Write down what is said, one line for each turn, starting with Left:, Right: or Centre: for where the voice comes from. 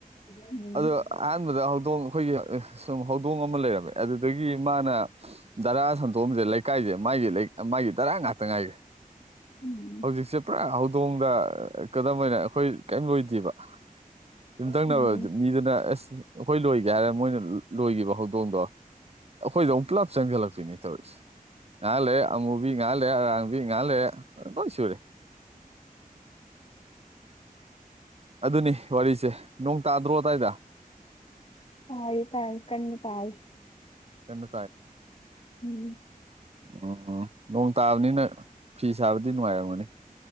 Left: ꯎꯝ
Right: ꯑꯗꯣ ꯑꯍꯥꯟꯕꯗ ꯍꯧꯗꯣꯡ ꯑꯈꯣꯏꯒꯤ ꯁꯨꯝ ꯍꯧꯗꯣꯡ ꯑꯃ ꯂꯩꯔꯝꯃꯦ ꯑꯗꯨꯗꯒꯤ ꯃꯥꯅ ꯙꯔꯥ ꯁꯟꯇꯣꯑꯝꯖꯦ ꯂꯩꯀꯥꯏꯖꯦ ꯃꯥꯥꯒꯤ ꯂꯩꯀꯥꯏ ꯃꯥꯒꯤ ꯙꯔꯥ ꯉꯥꯛꯇ ꯉꯥꯏꯒ꯭ꯔꯦ
Left: ꯎꯝ
Right: ꯍꯧꯖꯤꯛꯁꯦ ꯄꯨꯔꯥ ꯍꯧ ꯇꯣꯡꯗ ꯀꯗꯝ ꯑꯣꯏꯅ ꯑꯩꯈꯣꯏ ꯀꯩꯝ ꯂꯣꯏꯗꯦꯕ ꯌꯨꯝꯙꯪꯅꯕ
Left: ꯎꯝ
Right: ꯃꯤꯗꯨꯅ ꯑꯁ ꯑꯈꯣꯏ ꯂꯣꯏꯒꯦ ꯍꯥꯏꯔ ꯃꯣꯏꯅ ꯂꯣꯏꯒꯤꯕ ꯍꯧꯗꯣꯡꯗꯣ ꯑꯈꯣꯏꯗ ꯃꯨꯛ ꯄꯨꯂꯞ ꯆꯪꯖꯤꯜꯂꯛꯄꯤꯅꯤ꯫ ꯇꯧꯔꯤꯁꯦ ꯉꯍꯥꯛ ꯂꯩꯔ ꯑꯃꯨꯕꯤ ꯉꯍꯥꯛ ꯂꯩꯔ ꯑꯔꯥꯡꯕꯤ ꯉꯍꯥꯛ ꯂꯩꯔ ꯂꯣꯢ ꯁꯨꯔꯦ꯫ ꯑꯗꯨꯅꯤ ꯋꯥꯔꯤꯁꯦ꯫ ꯅꯣꯡ ꯇꯥꯗ꯭ꯔꯣ ꯑꯗꯥꯏꯗ?
Left: ꯇꯥꯢꯌꯦ ꯇꯥꯢ ꯀꯟꯅ ꯇꯥꯢ꯫
Right: ꯀꯟꯅ
Left: ꯎꯝ
Right: ꯑꯣ ꯅꯣꯡ ꯇꯥꯕꯅꯤꯅ ꯐꯤ ꯁꯥꯕꯗꯤ ꯅꯨꯡꯉꯥꯏꯔꯝꯒꯅꯤ꯫